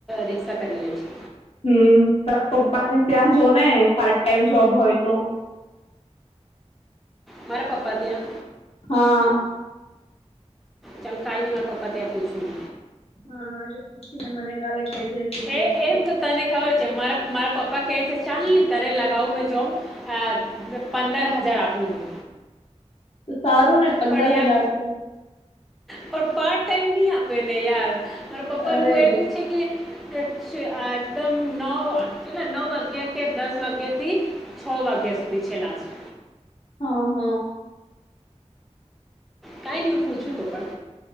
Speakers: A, in the centre; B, on the left (about 55°).
A: રિક્ષા કરી લે છે.
B: હમ તા પપ્પાને ત્યાં જો ને પાર્ટ ટાઈમ જોબ હોય તો
A: મારા પપા ત્યાં
B: હા.
A: ચાલ કાઈ ની મારા પપા ત્યા પૂછી
B: હા આજે પુછી ને મને કાલે કેજે <unintelligible>
A: એ એમ તો તને ખબર છે, મારા મારા પપ્પા કે છે, ચાલ ને તારે લગાવું મેં જોબ હા સારુ પંદર હજાર આપુ મેં
B: તો સારું ને પંદર
A: પણ યાર
B: હજાર તો
A: પણ પાર્ટ ટાઈમની આપે ને યાર મારા પપ્પાનું
B: અરે
A: એવું
B: ભઈ
A: છે, કે એકદમ નવ કેટલા નવ વાગ્યા કે દસ વાગ્યા થી છ વાગ્યા સુધી છે લાસ્ટ.
B: હા હ.
A: કાઈ ની હું પૂછું તો પણ